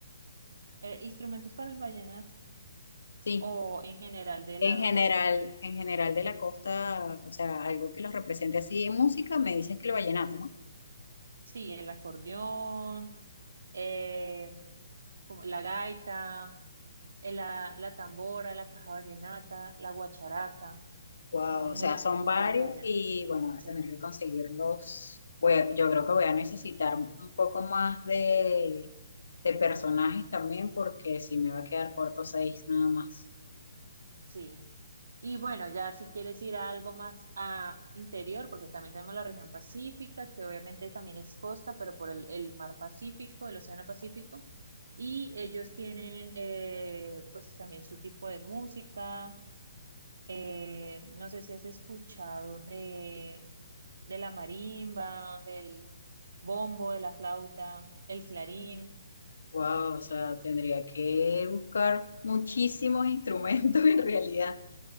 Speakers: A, on the right; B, on the left.
A: eh, instrumentos para el vallenato
B: Sí,
A: o en general de la
B: en general,
A: costa.
B: en general de la costa, o sea, algo que los represente así en música, me dices que el vallenato, ¿no?
A: Sí, el acordeón, eh, como la gaita, eh, la, la tambora, la caja vallenata, la guacharaca,
B: Wow,
A: son
B: o
A: muy
B: sea, son
A: típicos
B: varios
A: de allá.
B: y bueno, voy
A: Sí,
B: a tener que conseguirlos. Voy a- yo creo que voy a necesitar un poco más de, de personajes también porque si me va a quedar corto seis nada más.
A: sí. Y bueno, ya si quieres ir a algo más a interior, porque también tenemos la región pacífica, que obviamente también es costa, pero por el, el mar Pacífico, el océano Pacífico, y ellos tienen eh, pues también su tipo de música Eh, no sé si has escuchado de, de la marimba, del bombo, de la flauta, el clarín,
B: wow, o sea, tendría que buscar muchísimos instrumentos <laughs> en realidad,